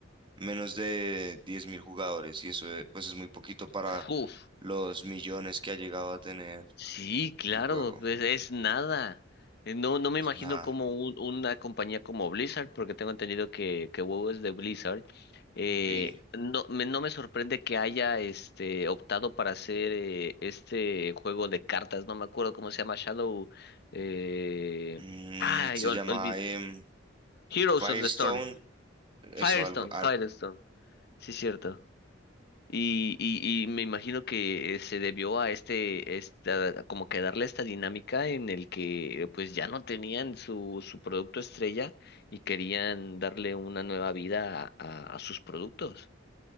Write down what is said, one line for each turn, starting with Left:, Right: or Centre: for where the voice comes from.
Right: menos de 10.000 jugadores y eso eh, pues es muy poquito para
Left: Uf.
Right: los millones que ha llegado a tener
Left: Sí, claro,
Right: el juego.
Left: es, es nada. Eh, No, no me
Right: Pues
Left: imagino
Right: nada,
Left: como un- una compañía como Blizzard, porque tengo entendido que, que WoW es de Blizzard. Eh,
Right: sí.
Left: no, me, no me sorprende que haya este optado para hacer eh, este juego de cartas, no me acuerdo cómo se llama, Shadow, eh...
Right: Mm,
Left: ay,
Right: se
Left: ol-
Right: llama
Left: olvid-
Right: em,
Left: Heroes
Right: Firestone,
Left: of the Storm,
Right: eso
Left: Firestone,
Right: algo,
Left: Firestone, sí, cierto. Y, y, y me imagino que se debió a este, esta, como que darle esta dinámica en el que pues ya no tenían su, su producto estrella y querían darle una nueva vida a, a- a sus productos.